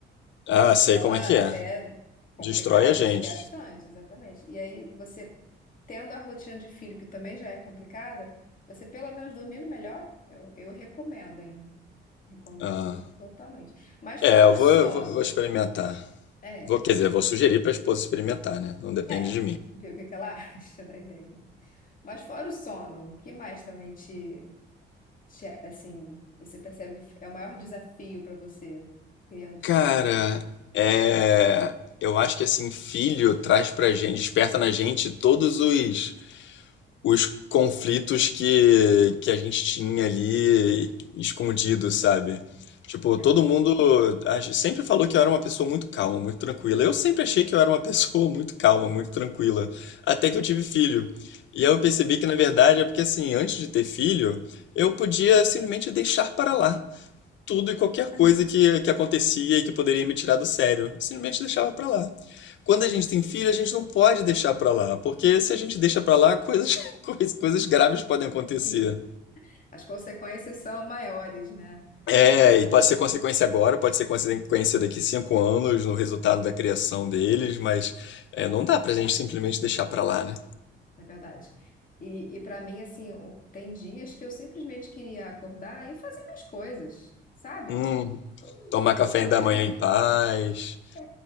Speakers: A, on the left (about 70°); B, on the left (about 45°).
A: ah, sei
B: Ela
A: como é que é.
B: é complicada,
A: Destrói a gente.
B: desgastante, exatamente. E aí, você tendo a rotina de filho, que também já é complicada, você pelo menos dormindo melhor, eu, eu recomendo, hein? Recomendo
A: Ah.
B: totalmente. Mas
A: É,
B: fora
A: eu
B: o
A: vou,
B: sono,
A: eu vou, vou experimentar.
B: é,
A: Vou, quer dizer, vou sugerir para a esposa experimentar, né? Não depende
B: é,
A: de mim.
B: ver o que que ela <laughs> acha da ideia. Mas fora o sono, o que mais também te, te, assim, você percebe que é o maior desafio para você criando filhos?
A: Cara, é, eu acho que assim, filho traz pra gente, desperta na gente todos os, os conflitos que, que a gente tinha ali escondido, sabe? Tipo,
B: É.
A: todo mundo a gente sempre falou que eu era uma pessoa muito calma, muito tranquila. Eu sempre achei que eu era uma <laughs> pessoa muito calma, muito tranquila, até que eu tive filho. E aí eu percebi que na verdade é porque assim, antes de ter filho, eu podia simplesmente deixar para lá tudo e qualquer
B: Ah,
A: coisa que, que acontecia e que poderia me tirar do sério. Eu Simplesmente deixava pra lá. Quando
B: sim.
A: a gente tem filho, a gente não pode deixar pra lá, porque se a gente deixa pra lá, coisas, <laughs> coisas, coisas graves podem acontecer.
B: Sim. As consequências são maiores, né?
A: É,
B: É verdade.
A: e pode ser consequência agora, pode ser consequência daqui cinco anos no resultado da criação deles, mas é, não dá pra gente simplesmente
B: Não
A: deixar
B: dá.
A: pra lá, né?
B: É verdade. E, e para mim, assim, o- tem dias que eu simplesmente queria acordar e fazer minhas coisas, sabe?
A: Hum,
B: Eu
A: tomar
B: Vou tocar
A: café ainda
B: minha
A: amanhã
B: vida.
A: em paz.
B: É,